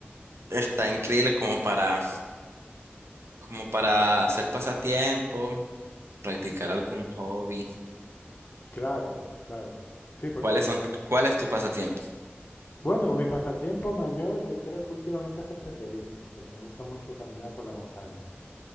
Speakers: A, on the right; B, on the left.
A: está increíble como para, como para hacer pasatiempo, practicar algún hobby.
B: Claro, claro. Sí, porque
A: ¿Cuáles
B: te
A: son,
B: que-
A: cuál es tu pasatiempo?
B: Bueno, mi pasatiempo mayor yo creo que últimamente es el senderismo, porque me gusta mucho caminar por la montaña.